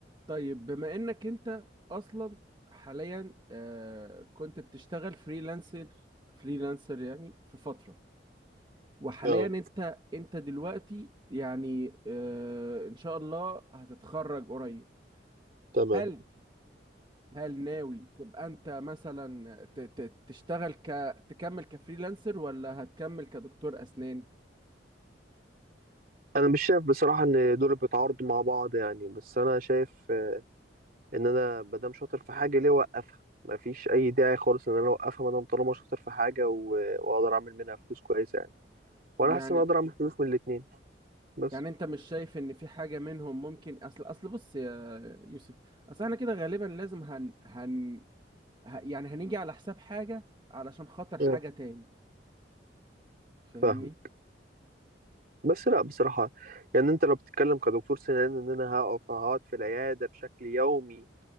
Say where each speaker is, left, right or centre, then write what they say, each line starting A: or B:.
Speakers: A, on the right (about 25°); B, on the right (about 50°).
A: طيب بما انك انت اصلا حاليا آه، كنت بتشتغل فريلانسر فريلانسر يعني في فترة وحاليا
B: اه
A: انت انت دلوقتي يعني آه، ان شاء الله هتتخرج قريب
B: تمام
A: هل هل ناوي تبقى انت مثلا ت- ت- تشتغل ك تكمل كفريلانسر ولا هتكمل كدكتور اسنان
B: انا مش شايف بصراحه ان دول بيتعارضوا مع بعض يعني بس انا شايف آه، ان انا مادام شاطر في حاجه ليه اوقفها مفيش اي داعي خالص ان انا اوقفها مادام طالما شاطر في حاجه و... واقدر اعمل منها فلوس كويسه يعني وانا
A: يعني
B: حاسس ان أنا اقدر اعمل فلوس من الاتنين بس
A: يعني انت مش شايف ان في حاجة منهم ممكن اصل اصل بص يا يوسف اصل احنا كده غالبا لازم هن هن ه... يعني هنيجي على حساب حاجة علشان خاطر حاجة
B: اه
A: تاني فاهمني
B: فاهم بس لا بصراحه يعني انت لو بتتكلم كدكتور سنان ان انا هقف هقعد في العياده بشكل يومي